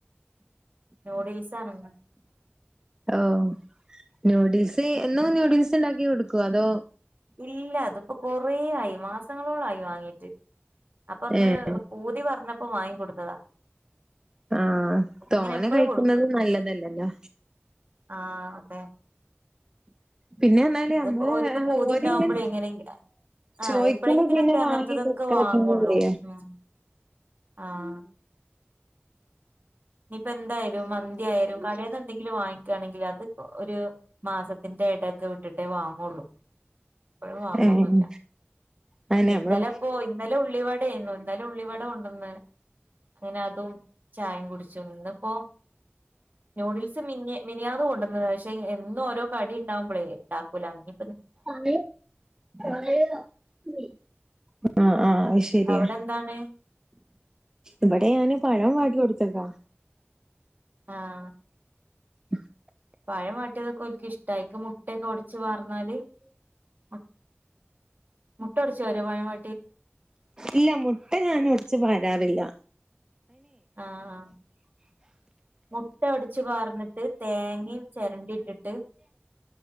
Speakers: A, on the right; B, on the right.
A: ന്യൂഡിൽസാണ് ഇന്ന്
B: ഓ ന്യൂഡിൽസ് എന്നും ന്യൂഡിൽസ് ഉണ്ടാക്കി കൊടുക്കുവൊ അതോ
A: ഇല്ല അത് ഇപ്പൊ കൊറേ ആയി മാസങ്ങളോളായി വാങ്ങീട്ട്. അപ്പൊ ഒന്ന്
B: ഏഹ്
A: പൂതി പറഞ്ഞപ്പോ വാങ്ങിക്കൊടുത്ത- കൊടുത്തതാ.
B: ആ തോനെ
A: അങ്ങനെ എപ്പഴും
B: കഴിക്കുന്നത് നല്ലതല്ലല്ലോ
A: ആ അതെ
B: പിന്നെ ന്നാല്
A: അത്
B: നമ്മള്
A: ഓര്ക്ക് പൂതി
B: ഒരിങ്ങനെ
A: ഉണ്ടാവുമ്പോഴേ എങ്ങനെ ആഹ്
B: ചോയ്ക്കുമ്പൊ
A: എപ്പോഴെങ്കിലൊക്കെ
B: പിന്നെ
A: അങ്ങനത്തതൊക്കെ
B: വാങ്ങികൊടുക്കാതെ
A: വാങ്ങുള്ളൂ
B: ഇരിക്കുമ്പോളേ
A: ഉം ആഹ് ഇനിയിപ്പ എന്തായാലും മന്തിയാലും കടെന്ന് എന്തെങ്കിലും വാങ്ങിക്കുകയാണെങ്കിൽ അത് ഒരു മാസത്തിന്റെ ഇടക്കെ വിട്ടിട്ടേ വാങ്ങുള്ളൂ. എപ്പോഴും വാങ്ങോന്നുവില്ല
B: ഏഹ് അങ്ങനെ നമ്മള്
A: ഇന്നലെ ഇപ്പോ ഇന്നലെ ഉള്ളിവാടയാരുന്നു ഇന്നലെ ഉള്ളവട കൊ തിന്ന് അങ്ങനെ അതും ചായയും കുടിച്ചു നിന്ന് ഇന്നിപ്പോ നൂഡിൽസ് മിനിഞ്ഞാന്ന് കൊണ്ടുവന്നുത് പക്ഷെ എന്നും ഓരോ കടി ഉണ്ടാവുമ്പോളേ ഉാക്കൂലങ്ങി
B: അണ പ <unintelligible> ആ ആ അത് ശരിയാ
A: അവിടെ എന്താണ്
B: ഇവിടെ ഞാന് പഴം വാട്ടി കൊടു ത്തക്ക
A: ആ
B: <inaudible>
A: പഴം വാട്ടിയതൊക്കെ ഒല്ക്ക് ഇഷ് മുട്ടായിക്ക് മുട്ടൊക്കെ ഒടിച്ച് വർന്നാല് മു മുട്ട ഉടച്ചു വരെ പയം വാ
B: ഇല്ല മുട്ട ഞാൻ ഒടച്ച് പരാറില്ല
A: ആഹ് മുട്ട ഒടച്ചു <unintelligible> തേങ്ങയും ചെരണ്ടിട്ടിട്ട്